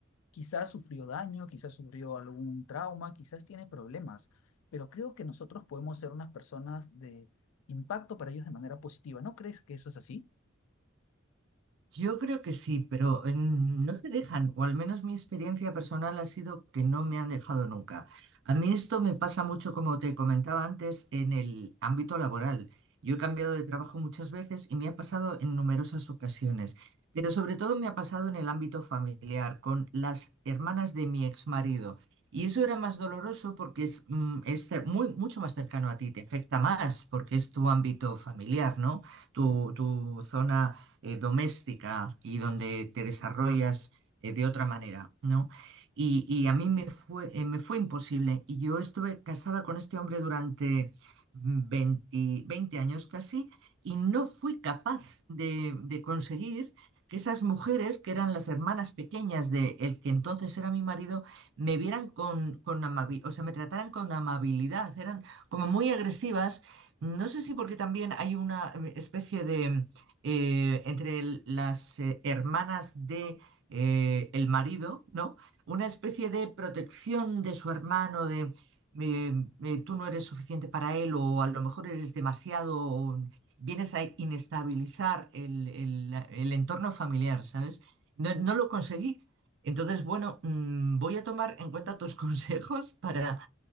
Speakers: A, on the left; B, on the right.
A: quizás sufrió daño, quizás sufrió algún trauma, quizás tiene problemas, pero creo que nosotros podemos ser unas personas de impacto para ellos de manera positiva. ¿No crees que eso es así?
B: Yo creo que sí, pero eh, no te dejan, o al menos mi experiencia personal ha sido que no me han dejado nunca. A mí esto me pasa mucho, como te comentaba antes, en el ámbito laboral. Yo he cambiado de trabajo muchas veces y me ha pasado en numerosas ocasiones, pero sobre todo me ha pasado en el ámbito familiar, con las hermanas de mi ex marido. Y eso era más doloroso porque es, mm, es cer- muy, mucho más cercano a ti, te afecta más porque es tu ámbito familiar, ¿no? tu tu zona eh, doméstica y donde te desarrollas eh, de otra manera, ¿no? Y, y a mí me fue, eh, me fue imposible. Y yo estuve casada con este hombre durante 20 20 años casi y no fui capaz de, de conseguir que esas mujeres, que eran las hermanas pequeñas de el que entonces era mi marido, me vieran con, con amabilidad, o sea, me trataran con amabilidad, eran como muy agresivas. No sé si porque también hay una eh, especie de, eh, entre el- las eh, hermanas de eh, el marido, ¿no? Una especie de protección de su hermano, de eh, eh, tú no eres suficiente para él o a lo mejor eres demasiado, o vienes a inestabilizar el, el- el entorno familiar, ¿sabes? No, no lo conseguí. Entonces, bueno, mm, voy a tomar en cuenta tus <laughs> consejos para